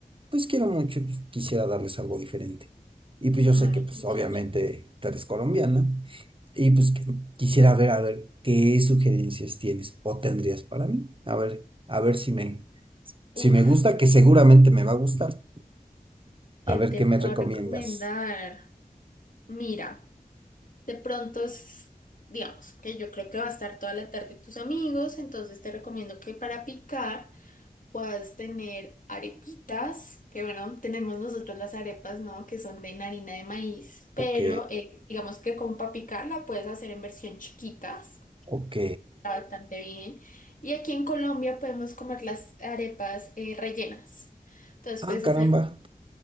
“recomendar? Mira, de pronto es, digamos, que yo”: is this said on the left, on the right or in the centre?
Left